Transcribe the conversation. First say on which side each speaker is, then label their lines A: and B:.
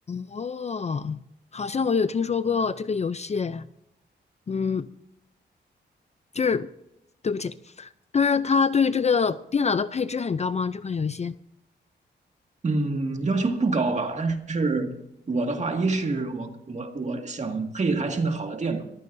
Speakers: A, on the left; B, on the right.
A: 哦，好像我有听说过这个游戏，嗯，就是对不起，但是它对这个电脑的配置很高吗？这款游戏？
B: 嗯，要求不高吧，但是我的话，一是我我我想配一台性能好的电脑，